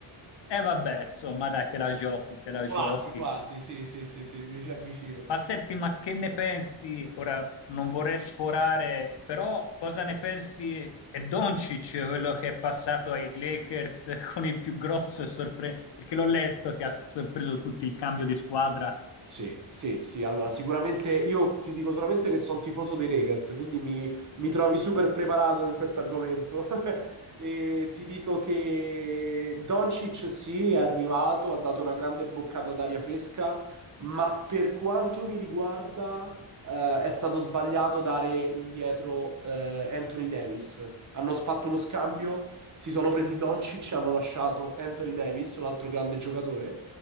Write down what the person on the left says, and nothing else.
E vabbè, insomma, dai, te la giochi, te la giochi.
Ma senti, ma che ne pensi? Ora non vorrei sforare, però cosa ne pensi? È Doncic quello che è passato ai Lakers <laughs> con il più grosso sorpreso, perché l'ho letto che ha sorpreso tutti il cambio di squadra.